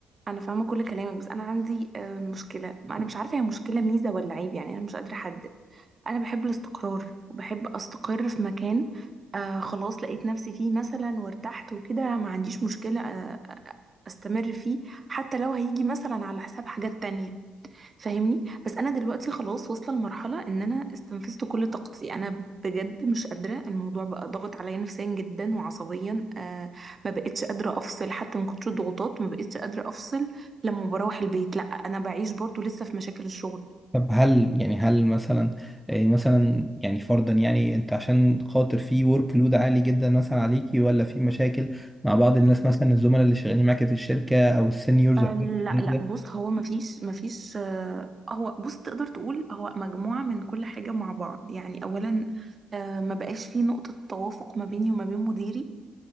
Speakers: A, on the right (about 40°); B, in the centre.
A: انا فاهمه كل كلامك بس انا عندي آه، مشكله انا مش عارفه هي مشكله ميزه ولا عيب يعني انا مش قادره احدد انا بحب الاستقرار وبحب استقر في مكان آه خلاص لقيت نفسي فيه مثلا وارتحت وكده ما عنديش مشكله آه استمر فيه حتى لو هيجي مثلا على حساب حاجات تانية فاهمني بس انا دلوقتي خلاص واصله لمرحله ان انا استنفذت كل طاقتي انا بجد مش قادره الموضوع بقى ضاغط عليا نفسيا جدا وعصبيا آه ما بقتش قادره افصل حتى من كتر الضغوطات ما بقتش قادره افصل لما بروح البيت لا انا بعيش برضو لسه في مشاكل الشغل
B: طب هل يعني هل مثلا إيه مثلا يعني فرضا يعني انت عشان خاطر في ورك لود عالي جدا مثلا عليكي ولا في مشاكل مع بعض الناس مثلا الزملاء اللي شغالين معاك في الشركة او السينيورز
A: آه
B: وحاجات
A: لا
B: كده؟
A: لا بص هو ما فيش ما فيش آه هو بص تقدر تقول هو مجموعه من كل حاجه مع بعض يعني اولا آه ما بقاش في نقطه توافق ما بيني وما بين مديري